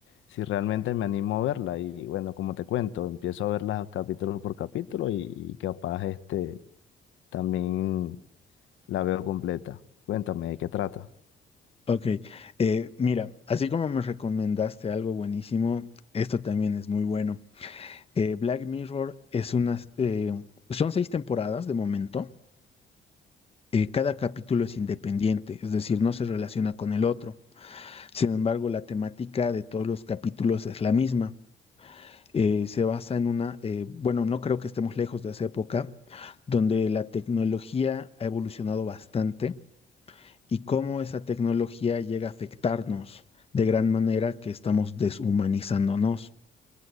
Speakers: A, on the left; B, on the left.
A: si realmente me animo a verla. Y bueno, como te cuento, empiezo a verla capítulo por capítulo y, y capaz este también la veo completa. Cuéntame de qué trata.
B: Ok, eh, mira, así como me recomendaste algo buenísimo, esto también es muy bueno. Eh, Black Mirror es unas, eh, son seis temporadas de momento. Eh, cada capítulo es independiente, es decir, no se relaciona con el otro. Sin embargo, la temática de todos los capítulos es la misma. Eh, se basa en una, eh, bueno, no creo que estemos lejos de esa época, donde la tecnología ha evolucionado bastante y cómo esa tecnología llega a afectarnos de gran manera que estamos deshumanizándonos.